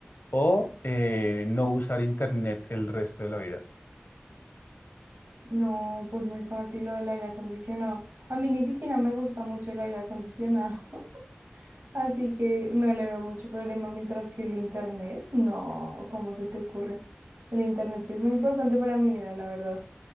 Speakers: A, on the left; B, on the right.
A: O eh, no usar internet el resto de la vida.
B: No, pues muy fácil lo del aire acondicionado. A mí ni siquiera me gusta mucho el aire acondicionado, <laughs> así que no le veo mucho problema, mientras que el internet, no, ¿cómo se te ocurre? El internet sí es muy importante para mi vida, la verdad.